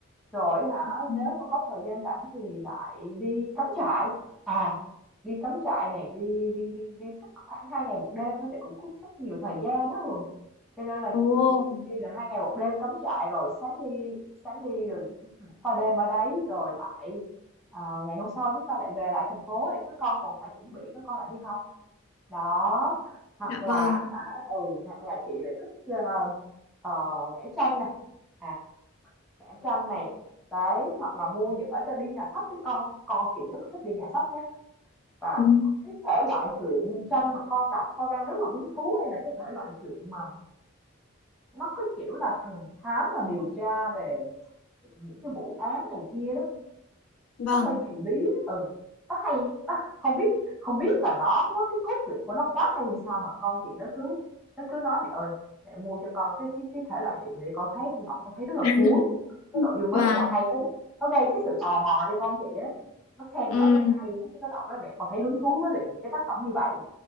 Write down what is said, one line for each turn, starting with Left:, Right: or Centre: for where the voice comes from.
Centre: Rồi hả,
Left: Ừm.
Centre: nếu mà có thời gian rảnh thì lại đi cắm trại. À, đi cắm trại này đi đi đi đi chắc khoảng hai ngày một đêm thôi, chị cũng có có nhiều thời gian đó Hường. Cho nên là
Left: Ồ,
Centre: chị chỉ nghĩ đi là hai ngày một đêm cắm trại rồi sáng đi sáng đi rồi ngủ, ngủ qua đêm ở đấy rồi lại ờ, ngày hôm sau chúng ta lại về lại thành phố để các con còn phải chuẩn bị các con lại đi học đó hoặc
Left: dạ
Centre: là
Left: vâng.
Centre: hả ừ hoặc là chị lại thích ờ, ờ, vẽ tranh này à vẽ tranh này đấy hoặc là mua những ở trên đi nhà sách với con con chị rất thích đi nhà sách nhé và
Left: Ừm,
Centre: cái thể loại truyện tranh mà con đọc con đang rất là hứng thú đây là cái thể loại truyện mà nó có kiểu là thần thám mà điều tra về những cái vụ án này kia đó.
Left: Vâng.
Centre: Nó hơi kỳ bí ừ, nó hay nó không biết không biết là nó nó cái cốt truyện của nó quá hay hay sao mà con chị nó cứ nó cứ nói mẹ ơi mẹ mua cho con cái cái cái thể loại truyện để con thấy đọc con thấy rất là
Left: <laughs>
Centre: cuốn cái nội dung nó
Left: Vâng.
Centre: rất là hay đó, nó gây cái sự tò mò cho con chị á nó khen
Left: Ừ,
Centre: nó khen hay á cái nó đọc nói mẹ con thấy hứng thú với lại cái tác phẩm như vậy